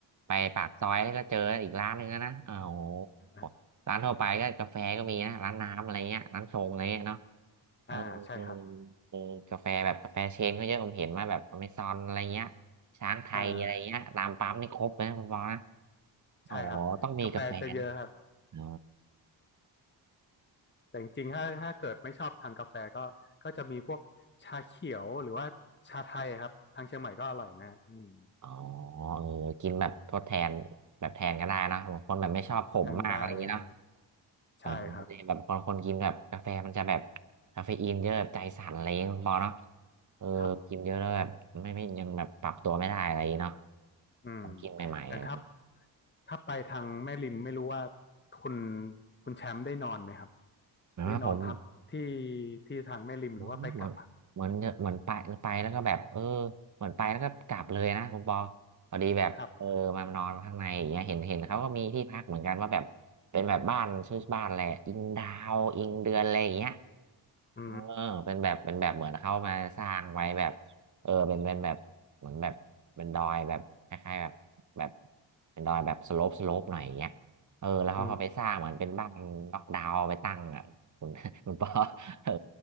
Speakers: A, on the right; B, on the left.
A: ไปปากซอยก็เจออีกร้านหนึ่งแล้วนะอ้าวโ
B: <laughs>
A: หร้านทั่วไปก็กาแฟก็มีนะร้านน้ำอะไรเงี้ยร้านชงอะไรเงี้ยเนาะเออเออ
B: อ่าใช่ครับ
A: เออกาแฟแบบกาแฟเชนก็เยอะผมเห็นมาแบบอเมซอนอะไรเงี้ยช้างไทยอะไรเงี้ยตามปั๊มนี่ครบเลยนะคุณปอนะ
B: อ่า
A: โอ๋ต้องมีกาแฟนะ
B: ใช่ครับกาแฟจะเยอะครับ
A: อ๋อ
B: แต่จริงๆถ้าถ้าเกิดไม่ชอบทางกาแฟก็ก็จะมีพวกชาเขียวหรือว่าชาไทยครับทางเชียงใหม่ก็อร่อยนะอืม
A: อ๋อเออกินแบบทดแทนแบบแทนก็ได้เนอะบางคนแบบไม่ชอบขมมากอะไรอย่างนี้เนาะ
B: แทนได้นะ
A: เออมันจะแบบบางคนกินแบบกาแฟมันจะแบบ
B: ใช่ครับ
A: คาเฟอีนเยอะแบบใจสั่นอะไรอย่างเงี้ยคุณปอเนาะเออกินเยอะแล้วแบบไม่ไม่ยังแบบปรับตัวไม่ได้อะไรอย่างเงี้ยเนาะ
B: ครับอืม
A: ต้องกินใหม่ๆอะไรอย่างเงี้ย
B: อย่างถ้าถ้าไปทางแม่ริมไม่รู้ว่าคุณคุณแชมป์ได้นอนไหมครับ
A: นะผม
B: ได้นอนพักที่ที่ทางแม่ริมหรือว่าไปกลับครับ
A: เหมือนเหมือนเหมือนไปไปแล้วก็แบบเออเหมือนไปแล้วก็กลับเลยนะคุณปอพอดีแบบเออมานอนข้างในอย่างเงี้ยเห็นเห็นเขาก็มีที่พักเหมือนกันว่าแบบเป็นแบบบ้านชื่อบ้านอะไรอิงดาวอิงเดือนอะไรอย่างเงี้ย
B: ครับอืม
A: เออเป็นแบบเป็นแบบเหมือนเข้ามาสร้างไว้แบบเออเป็นเป็นแบบเหมือนแบบเป็นดอยแบบคล้ายๆแบบแบบเป็นดอยแบบสโลปสโลปหน่อยอย่างเงี้ยเออแล้วเขาเขาไปสร้างเหมือนเป็นบ้านล็อกดาวน์ไปตั้งอ่ะคุณ
B: อืม
A: <laughs> คุณปอ
B: อื
A: <laughs>
B: ม
A: เออ